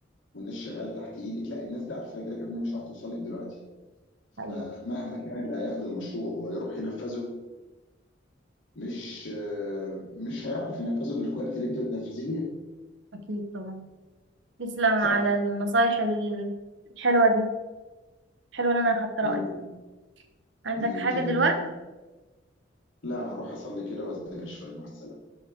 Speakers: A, on the left (about 80°); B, on the right (about 70°).
A: والناس شغاله تحت ايدك لا الناس دي عارفه كده كده إنها مش هتعرف توصل لك دلوقتي فمهما
B: ايوه
A: كان اللي هياخد المشروع ويروح ينفذه مش آه، مش هيعرف ينفذه بالكواليتي اللي انت بتنفذيه بيها
B: اكيد طبعا تسلم على
A: صح
B: النصايح الحلوه دي حلو ان انا اخدت رايك
A: ماشي
B: عندك
A: ماشي
B: حاجه
A: يا
B: دلوقتي
A: جميل لا هروح اصلي كده واذاكر شوية مع السلامة